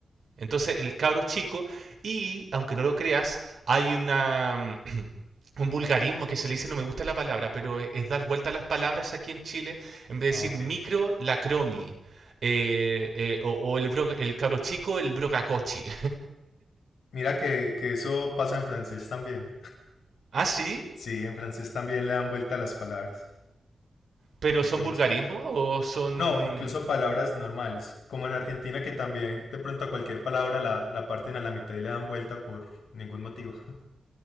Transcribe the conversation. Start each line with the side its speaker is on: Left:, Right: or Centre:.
Right: Entonces el cabro chico, y aunque no lo creas, hay una... <clears throat> <coughs> un vulgarismo que se le dice, no me gusta la palabra, pero es dar vuelta a las palabras aquí en Chile, en vez de decir
Left: ah, ok.
Right: micro, la cromi, eh, eh, o, o el, bro- el cabro chico, el brocacochi.
Left: Mira que, que eso pasa en francés también.
Right: <laughs> ¿Ah, sí?
Left: Sí, en francés también le dan vuelta a las palabras.
Right: ¿Pero
Left: Qué
Right: son
Left: curioso.
Right: vulgarismos o son...?
Left: No, incluso palabras normales, como en Argentina que también de pronto a cualquier palabra la, la parten a la mitad y le dan vuelta por ningún motivo. <laughs>